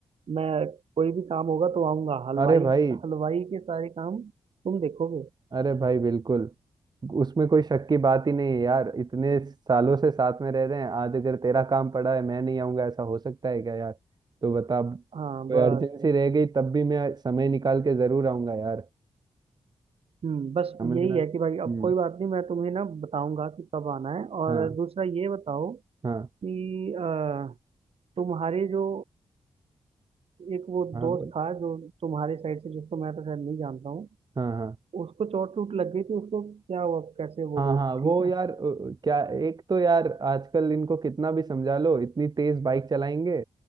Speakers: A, on the right (about 65°); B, on the right (about 40°).
A: मैं कोई भी काम होगा तो आऊंगा हलवाई
B: अरे भाई
A: हलवाई के सारे काम तुम देखोगे
B: अरे भाई बिल्कुल उसमें कोई शक की बात ही नहीं है यार इतने सालों से साथ में रह रहे हैं आज अगर तेरा काम पड़ा है मैं नहीं आऊंगा ऐसा हो सकता है क्या यार तो बता कोई
A: हाँ बस
B: अर्जेंसी रह गई तब भी मैं समय निकाल के जरूर आऊंगा यार
A: हम्म बस
B: समझ
A: यही
B: रहा
A: है कि भाई अब
B: हम्म
A: कोई बात नहीं मैं तुम्हें ना बताऊंगा कि कब आना है और
B: हाँ
A: दूसरा ये बताओ
B: हाँ
A: कि अ, तुम्हारे जो एक वो
B: हाँ
A: दोस्त
B: बोल
A: था जो तुम्हारे साइड से जिसको मैं तो शायद नहीं जानता हूँ
B: हाँ हाँ
A: उसको चोट टूट लग गई थी उसको क्या हुआ कैसे वो
B: हाँ
A: दोस्त
B: हाँ
A: ठीक
B: वो
A: है
B: यार अ, क्या एक तो यार आजकल इनको कितना भी समझा लो इतनी तेज बाइक चलाएंगे